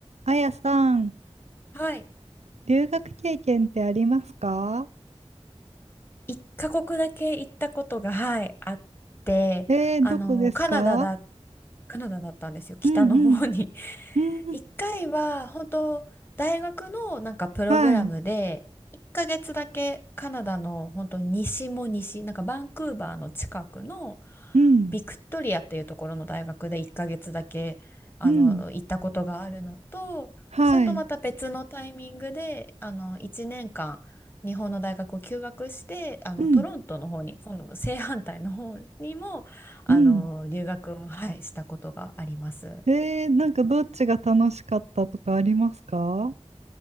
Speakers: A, on the right; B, on the left.
A: あやさん、
B: はい。
A: 留学経験ってありますか
B: 一カ国だけ行ったことが、はい、あって、
A: えー、
B: あの、
A: どこですか
B: カナダだ、カナダだったんですよ、北の方に。
A: うんうん、
B: <laughs>
A: うんうん、
B: 一回は、本当大学のなんかプログラムで、
A: はい、
B: 1ヶ月だけカナダの本当西も西、なんかバンクーバーの近くの
A: うん、
B: ビクトリアっていうところの大学で1ヶ月だけ、あの、
A: うん、
B: 行ったことがあるのと、
A: はい、
B: それとまた別のタイミングで、あの、1年間、日本の大学を休学してあのトロントの方に今度正反対の方にもあの留学を、
A: うん、うん。
B: はい、したことがあります。
A: えー、なんかどっちが楽しかったとかありますか